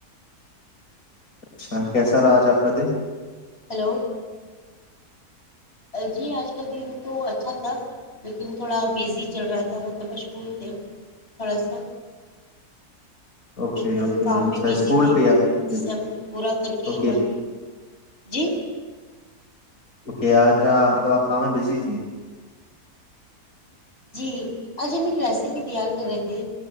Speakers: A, on the left; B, on the left.
A: اچھا کیسا رہا آج آپ کا دن
B: ہلو جی آج کا دن تو اچھا تھا لیکن تھوڑا بزی چل رہا تھا مطلب مشغول تھے تھوڑا سا
A: اوکے
B: ایک
A: اوکے
B: کام
A: اچھا
B: میں بزی
A: اسکول
B: تھے
A: پہ آپ
B: جسے
A: بزی؟
B: ہم پورا کر کے
A: اوکے
B: ہی من جی
A: اکے اچھا مطلب آپ کام میں بزی تھی
B: جی آج ہم ایک ریسیپی تیار کر رہے تھے